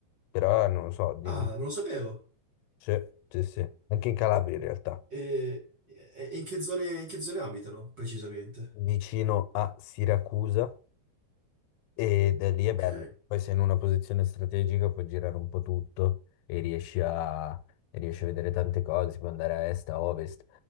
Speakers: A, on the left; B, on the right.
A: Però non lo so, dimmi-
B: Ah, non lo sapevo.
A: sì, sì, sì, anche in Calabria in realtà.
B: E, e- e in che zone, in che zone abitano, precisamente?
A: vicino a Siracusa ed è lì
B: Ok.
A: è bello. Poi sei in una posizione strategica, puoi girare un po' tutto e riesci a, e riesci a vedere tante cose, si può andare a est, a ovest,